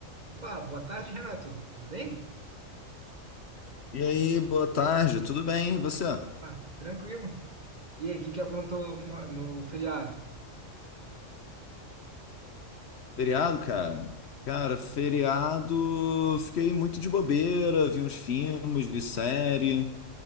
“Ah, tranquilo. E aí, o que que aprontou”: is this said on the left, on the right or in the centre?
Right